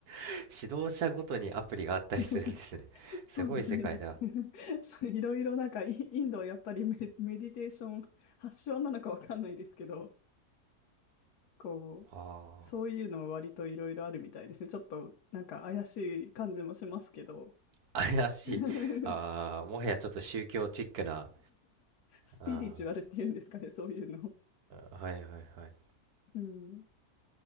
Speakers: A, on the right (about 75°); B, on the left (about 85°).
A: <laughs> 指導者ごとにアプリがあったりするんですね。
B: <laughs> そうみたいですね。
A: すごい世界だ。
B: <laughs> そういろいろなんかイインドはやっぱりメ、メディテーション発祥なのかわかんないですけど、こう、
A: あ
B: そういうのも割といろいろあるみたいですね。ちょっとなんか怪しい感じもしますけど。
A: あ、怪しい。
B: <laughs>
A: ああ、もはやちょっと宗教チックな。
B: スピリチュアルっていうんですかね、
A: あ
B: そういうの。
A: あ、はいはいはい。
B: うん。